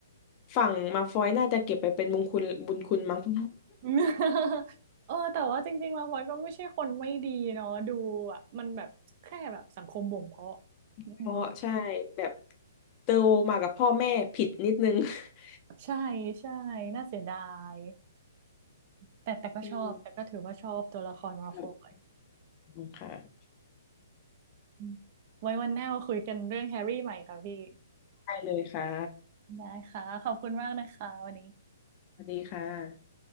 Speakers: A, on the left (about 30°); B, on the right (about 40°).
A: ฝั่งมัลฟอยน่าจะเก็บไปเป็นบุญคุณบุญคุณมั้ง <laughs>
B: <laughs> อืม <laughs> เออแต่ว่าจริงๆแล้วมนก็ไม่ใช่คนไม่ดีเนาะดูอ่ะมันแบบแค่แบบสังคมบ่มเพาะอืม
A: เพราะใช่แบบโตมากับพ่อแม่ผิดนิดนึง <laughs>
B: ใช่ใช่น่าเสียดายแต่แต่ก็ชอบแต่ก็ถือว่าชอบตัวละครมาฟอย
A: อืมครับขอบคุณค่ะ
B: อืมไว้วันหน้ามาคุยกันเรื่องแฮร์รี่ใหม่ค่ะพี่
A: ได้เลยค่ะ
B: ได้ค่ะขอบคุณมากนะคะวันนี้
A: สวัสดีค่ะ